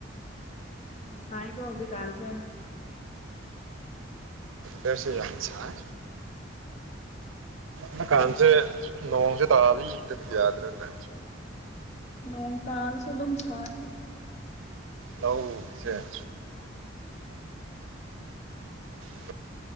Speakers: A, on the left; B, on the right.
A: ꯌꯥꯝ ꯁꯥꯏꯒꯣ ꯍꯧꯖꯤꯛ ꯀꯥꯟꯁꯦ
B: ꯗꯁꯨ ꯌꯥꯝ ꯁꯥꯏ ꯅꯀꯟꯁꯦ ꯅꯣꯡꯁꯦ ꯇꯥꯕꯒꯤ ꯏꯗ ꯌꯥꯗꯔꯦꯅꯦ
A: ꯅꯣꯡ ꯇꯥꯔꯁꯨ ꯑꯗꯨꯝ ꯁꯥꯏꯌꯦꯗ
B: ꯂꯧꯁꯦ <unintelligible>